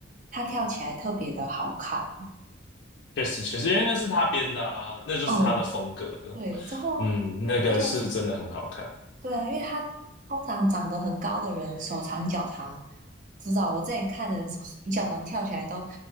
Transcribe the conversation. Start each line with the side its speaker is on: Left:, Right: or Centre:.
Right: 他跳起来特别的好看。
Left: 确实确实，因为那是他编的啊，那就是他的风格了。
Right: 哦，对，之后
Left: 嗯，那个是真的很好看，
Right: 而且对，啊，因为他通常长得很高的人，手长脚长，知道我之前看的人手脚长跳起来都